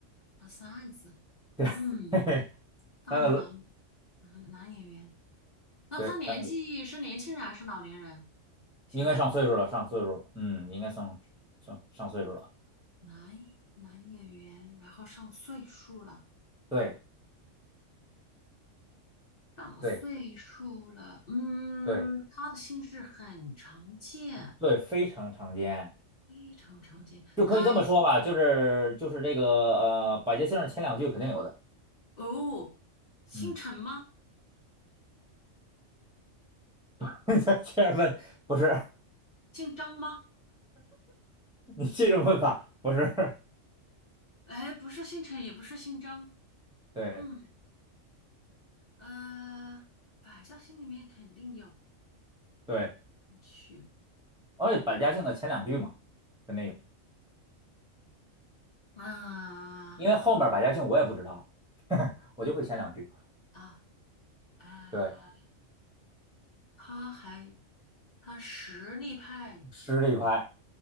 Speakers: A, on the left (about 35°); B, in the centre.
A: 啊，三个字，
B: 对，
A: 嗯，
B: 嘿嘿，
A: 大陆男
B: 三个字，
A: 男男演员，那他年纪是年轻人还是老年人？
B: 对，三个字，
A: 现在
B: 应该上岁数了，上岁数了，嗯，应该上上上岁数了，
A: 男男演员，然后上岁数了，
B: 对
A: 上岁数了，
B: 对
A: 嗯，
B: 对
A: 他的姓氏很常见，
B: 对，非常常见，
A: 非常常见，
B: 就可以这么说吧，
A: 他
B: 就是就是这个呃，百家姓儿前两句肯定有的，
A: 哦，姓陈吗？
B: 嗯，<laughs> 这样问不是
A: 姓张吗？
B: <laughs> 你这种问法不是，
A: 哎，不是姓陈，也不是姓张，
B: 对
A: 嗯，呃，百家姓里面肯定有，
B: 对，
A: 我去，
B: 而且百家姓的前两句嘛，肯定有，
A: 啊
B: 因为后面百家姓我也不知道，我就会前两句，
A: 啊，啊！
B: 对，
A: 他还他实力派，
B: 实力派，